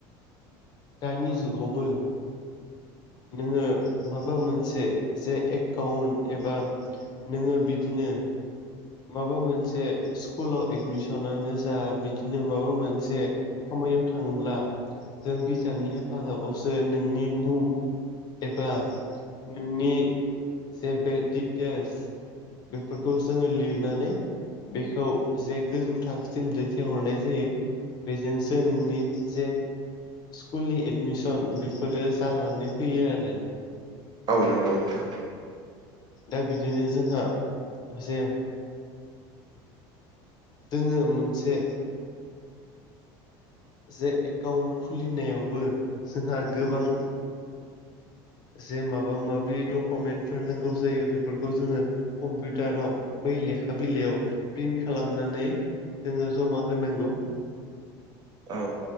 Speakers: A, on the left (about 40°); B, on the right (about 40°).
A: दानि जुगावबो नोङो माबा मोनसे जे एकाउन्ट एबा नोङो बिदिनो माबा मोनसे स्कुलाव एडमिसनानो जा बिदिनो माबा मोनसे खामानियाव थाङोब्ला जों बिजाबनि हेफाजाबावसो नोंनि मुं एबा नोंनि जे बे डिटेल्स बेफोरखौ जोङो लिर नानै बेखौ जे गोजौ थाखोसिम दैथायहरनाय जायो बेजोंसो नोंनि जे स्कुलनि एडमिसन बेफोरो जानानै फैयो आरो
B: औ नंगौ नोंथां
A: दा बिदिनो जोंहा जे जोङो मोनसे जे एकाउन्ट खुलिनायावबो जोंहा गोबां जे माबा माबि डकुमेन्टफोर नांगौ जायो बेफोरखौ जोङो कम्पिउटाराव बै लेखा बिलाइयाव प्रिन्ट खालामनानै। जोङो जमा होनांगौ आ
B: औ।